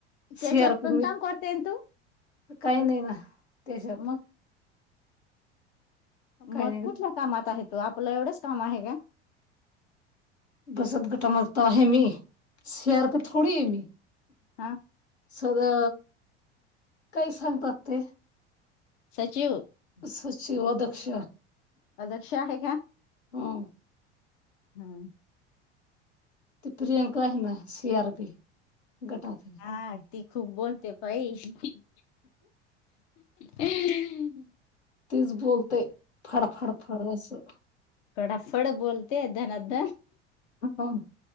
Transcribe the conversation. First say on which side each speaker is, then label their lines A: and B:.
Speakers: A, on the left; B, on the left.
A: त्याच्यात
B: सीआर पी
A: पण
B: म
A: काम करते ना तू
B: काही नाही ना त्याच्यात
A: मग
B: काही
A: मग
B: नाही
A: कुठल्या कामात आहे तू आपलं एवढंच काम आहे का.
B: बसत गटामता आहे मी शयार क थोडी आहे मी
A: हा.
B: सदा काय सांगतात ते.
A: सचिव.
B: सचीव अध्यक्ष.
A: अध्यक्ष आहे का.
B: हो.
A: हम्म.
B: ती प्रियंका आहे ना सी आर पी गटात आहे
A: हा ती खूप बोलते बाई हम् ह.
B: तीच बोलते फाडफाडफड असं
A: फडाफड बोलते धनाधन
B: हा